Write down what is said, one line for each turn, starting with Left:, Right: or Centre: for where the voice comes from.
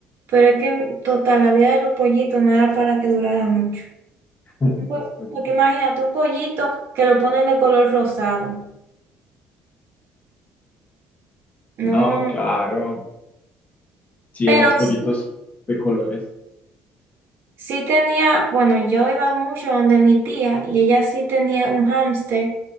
Right: pero es que, total, la vida de los pollitos no era para que durara mucho.
Left: <laughs>
Right: Pues,
Left: Los pollitos.
Right: Porque imagínate un pollito que lo ponen de color rosado. No,
Left: No, claro. Sí,
Right: pero
Left: esos pollitos
Right: sí,
Left: de colores.
Right: sí tenía, bueno, yo iba mucho donde mi tía y ella sí tenía un hámster,